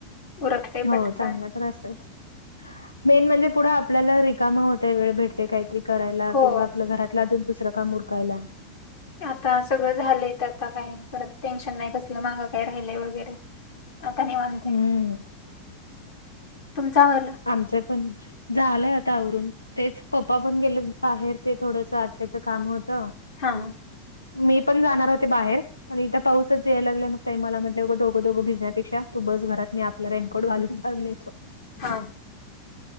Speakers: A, on the left; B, on the left.
A: उरकतय
B: हो
A: पटकन
B: चांगलं तर असतच. मेन म्हणजे पुढं आपल्याला रिकाम होतय, वेळ भेटतय काहीतरी करायला,
A: हो
B: किंवा आपल घरात लादून दुसरं काम उरकायला.
A: नहीं आता सगळं झालंय, त आता काही परत टेन्शन नाही, कसलं मागं काय राहिलंय वगैरे. आता निवांत आहे,
B: हम्म
A: तुमच आवरल.
B: आमच पणनच. झालंय आता आवरून, तेच पप्पा पण गेलेत बाहेर ते थोडस आत्याचं काम होत.
A: हां!
B: मी पण जाणार होते बाहेर, पण इथं पाऊसच यायला लागलांय मग ताई मला म्हण <unintelligible> दोघं दोघं भिजण्यापेक्षा, तू बस घरात मी आपलं रेनकोट घालून जाऊन येतो.
A: हां!